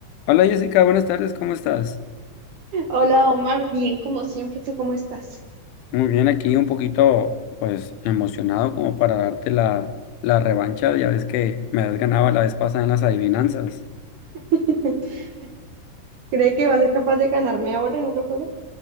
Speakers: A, on the left; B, on the right.
A: Hola Jessica, buenas tardes, ¿cómo estás?
B: Hola Omar, bien como siempre, ¿tú cómo estás?
A: Muy bien, aquí un poquito pues emocionado como para darte la, la revancha, ya ves que me has ganado la vez pasada en las adivinanzas.
B: <laughs> ¿Cree que va a ser capaz de ganarme ahora en otro juego?